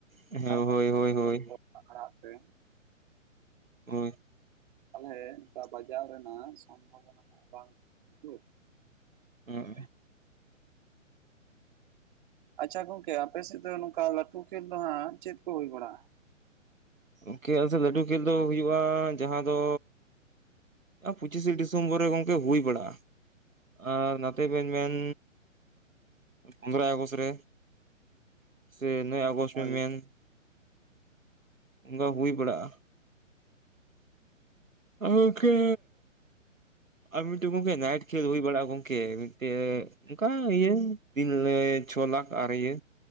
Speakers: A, on the right; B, on the right.
A: ᱦᱮᱸ
B: ᱟᱨ ᱵᱟᱝ
A: ᱦᱳᱭ ᱦᱳᱭ ᱦᱳᱭ
B: <inaudible> ᱟᱠᱷᱲᱟ ᱛᱮ᱾
A: ᱦᱳᱭ᱾
B: ᱛᱟᱞᱦᱮ ᱱᱚᱝᱠᱟ ᱵᱟᱡᱟᱣ ᱨᱮᱱᱟᱜ ᱥᱚᱢᱵᱷᱚᱵᱚᱱᱟ ᱦᱟᱸᱜ ᱵᱟᱝ ᱛᱟᱦᱮᱱᱟ ᱵᱩᱡᱷᱟᱹ᱾
A: ᱦᱮᱸ᱾
B: ᱟᱪᱪᱷᱟ ᱜᱚᱝᱠᱮ ᱟᱯᱮ ᱥᱮᱫ ᱫᱚ ᱱᱚᱝᱠᱟ ᱞᱟᱹᱴᱷᱩ ᱠᱷᱮᱞ ᱫᱚ ᱦᱟᱸᱜ ᱪᱮᱫ ᱠᱚ ᱦᱩᱭ ᱵᱟᱲᱟᱜᱼᱟ?
A: ᱜᱚᱝᱠᱮ ᱟᱞᱮ ᱥᱮᱫ ᱞᱟᱹᱴᱷᱩ ᱠᱷᱮᱞ ᱫᱚ ᱦᱩᱭᱩᱜᱼᱟ ᱡᱟᱦᱟᱸ ᱫᱚ ᱮᱼ ᱯᱚᱸᱪᱤᱥᱮ ᱰᱤᱥᱮᱢᱵᱚᱨ ᱨᱮ ᱜᱚᱝᱠᱮ ᱦᱩᱭ ᱵᱟᱲᱟᱜᱼᱟ᱾ ᱟᱨ ᱱᱟᱛᱮ ᱵᱮᱱ ᱢᱮᱱ ᱟᱨ ᱯᱚᱱᱮᱨᱚᱭ ᱟᱜᱚᱥᱴ ᱨᱮ᱾ ᱥᱮ ᱱᱚᱭ ᱟᱜᱚᱥᱴ
B: ᱦᱳᱭ
A: ᱵᱮᱱ ᱢᱮᱱ,
B: ᱦᱳᱭ
A: ᱚᱱᱠᱟ ᱦᱩᱭ ᱵᱟᱲᱟᱜᱼᱟ᱾ ᱟᱨ ᱜᱚᱝᱠᱮ ᱟᱨ ᱢᱤᱫᱴᱮᱡ ᱜᱚᱝᱠᱮ ᱱᱟᱭᱤᱴ ᱠᱷᱮᱞ ᱦᱩᱭ ᱵᱟᱲᱟᱜᱼᱟ ᱜᱚᱝᱠᱮ ᱢᱤᱫᱴᱮᱡ ᱚᱱᱠᱟ ᱤᱭᱟᱹ ᱛᱤᱱ ᱞᱮ ᱪᱷᱚ ᱞᱟᱠᱷ ᱟᱨ ᱤᱭᱟᱹ